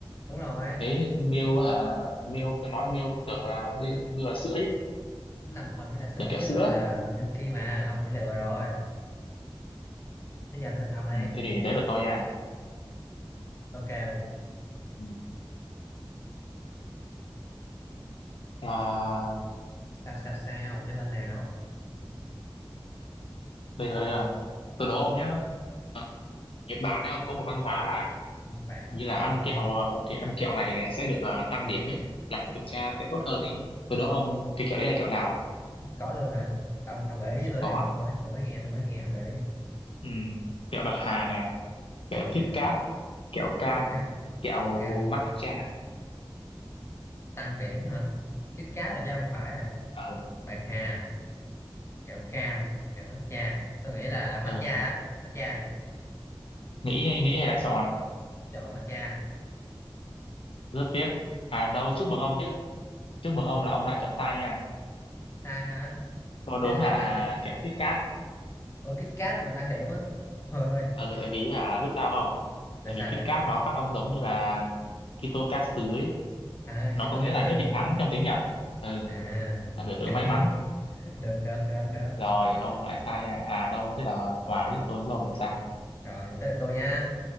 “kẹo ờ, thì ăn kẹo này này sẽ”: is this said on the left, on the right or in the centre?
Left